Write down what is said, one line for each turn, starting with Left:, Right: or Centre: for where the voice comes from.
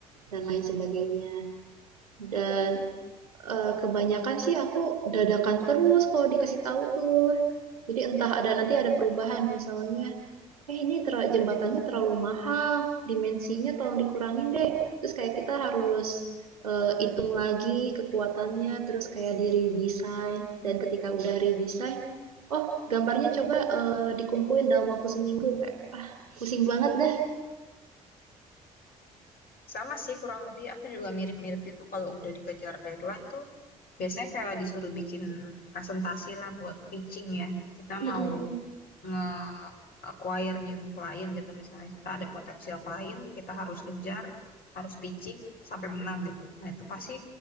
Right: dan lain sebagainya. Dan, eee, kebanyakan sih aku dadakan terus kalau dikasih tahu tuh. Jadi entah ada nanti ada perubahan misalnya, "Eh, ini tera jembatannya terlalu mahal, dimensinya tolong dikurangin deh." Terus kayak kita harus, eee, hitung lagi kekuatannya, terus kayak di-redesign dan ketika udah redesign, "Oh, gambarnya coba, eee, dikumpulin dalam waktu seminggu." Kayak, ah, pusing banget dah.
Left: Sama sih kurang lebih aku juga mirip-mirip itu kalau udah dikejar deadline tuh biasanya kayak disuruh bikin presentasi lah buat pitching ya. Kita
Right: Mhm.
Left: mau nge-acquire new client gitu misalnya kita ada potensial klien kita harus kejar harus pitching sampai menang gitu nah itu pasti